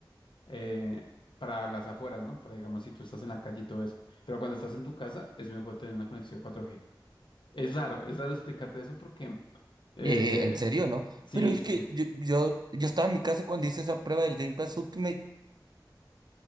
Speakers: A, on the left; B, on the right.
A: eh, para las afueras, ¿no? Para, digamos, si tú estás en la calle y todo eso. Pero cuando estás en tu casa, es mejor tener una conexión cuatro g Es raro, es raro explicarte eso porque... eh,
B: Eh, eh, en serio, ¿no?
A: Sí,
B: Pero es
A: sí,
B: que
A: sí.
B: yo, yo, yo estaba en mi casa cuando hice esa prueba del Game Pass Ultimate